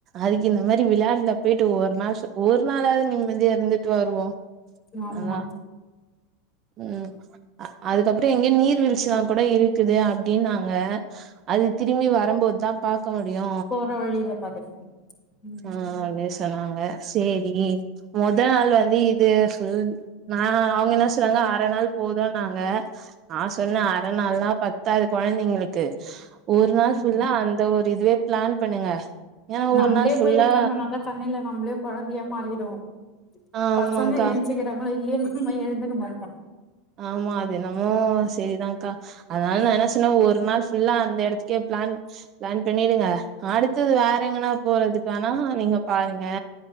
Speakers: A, on the right; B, on the left.
A: அதுக்கு இந்த மாதிரி விளாடல பேயிட்டு ஒரு நாள் ஒரு நாளாவது நிம்மதியா இருந்துட்டு வருவோ
B: ஆமா
A: நல்லா ம் அதுக்கப்புற எங்கயே நீர் வீழ்ச்சிலா கூட இருக்குது அப்டினு நாங்க அது திரும்பி வரும்போது தா பார்க்க முடியு
B: போற வழியில பாத்துப்போ ம்
A: ஆஹ் உண்மையா சொன்னாங்க சேரி முதல் நாள் வந்து இதுசொல் நா அவங்க சொன்னங்க அரை நாள் போதும்நாங்க ஆ சொன்னன் அரை நாள் பத்தாது பத்தாது கொழந்தைங்களுக்கு ஒரு
B: ம்
A: நாள் ஃபுல்லா அந்த ஒரு இதுவே பிளான் பண்ணுங்க ஏன்னா ஒரு
B: நம்ளே
A: நாளு புல்லா
B: போய் உக்காந்தோனாக்கா தண்ணில நம்மளே குழந்தைய மாறிடும்வோ
A: ஆமாங்க்கா
B: பசங்க எந்திடுவாங்க தூங்கிடாங்கன சிக்கர எழுந்திருக்க மாட்டாங்க
A: ஆமா அது என்னாமே சேரி தா அக்கா அதனால நா சொன்னே ஒரு நாள் ஃபுல்லா அந்த இடத்க்கே பிளான் பிளான் பண்ணிடுங்க அடுத்து வேற எங்கனா போறதுக்கு வேணா நீங்க பாருங்க